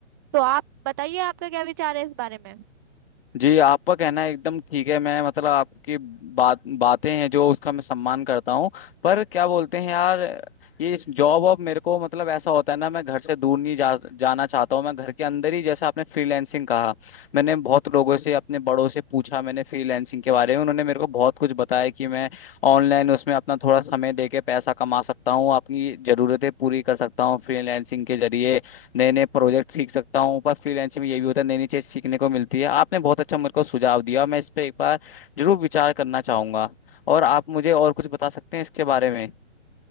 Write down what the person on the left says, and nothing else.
जी आपका कहना एकदम ठीक है मैं मतलब आपकी बात बातें हैं जो उसका मैं सम्मान करता हूँ पर क्या बोलते हैं यार ये इस जॉब अब मेरे को मतलब ऐसा होता है ना मैं घर से दूर नहीं जा जाना चाहता हूँ मैं घर के अंदर ही जैसे आपने फ्रीलैंसिंग कहा मैंने बहुत लोगों से अपने बड़ों से पूछा मैंने फ्रीलैंसिंग के बारे में उन्होंने मेरे को बहुत कुछ बताया कि मैं ऑनलाइन उसमें अपना थोड़ा समय दे के पैसा कमा सकता हूँ अपनी जरूरतें पूरी कर सकता हूँ फ्रीलैंसिंग के जरिए नए नए प्रोजेक्ट सीख सकता हूँ पर फ्रीलैंसिंग में ये भी होता है नई नई चीज़ सीखने को मिलती है आपने बहुत अच्छा मेरे को सुझाव दिया मैं इस पर एक बार जरूर विचार करना चाहूंगा और आप मुझे और कुछ बता सकते हैं इसके बारे में